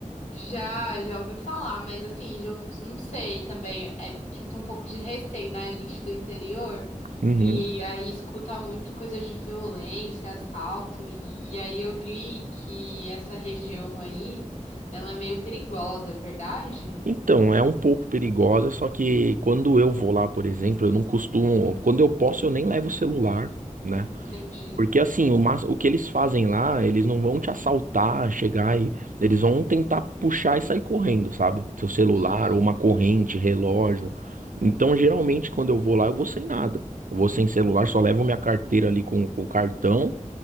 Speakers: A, on the left; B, on the right.
A: Já, já ouvi falar, mas assim, já, ouvi- não sei também. É que eu tenho um pouco de receio, né, gente do interior.
B: Uhum.
A: E aí escuta muito coisa de violência, assalto. E, e aí eu li que essa região aí, ela é meio perigosa, é verdade?
B: Então, é um pouco perigosa, só que quando eu vou lá, por exemplo, eu não costumo. Quando eu posso, eu nem levo o celular, né?
A: Entendi.
B: Porque assim, o, mas- o que eles fazem lá, eles não vão te assaltar, chegar e. Eles vão tentar puxar e sair correndo, sabe? Seu celular,
A: Uhum,
B: ou uma corrente, relógio. Então, geralmente, quando eu vou lá, eu vou sem nada. Eu vou sem celular, só levo minha carteira ali com, com cartão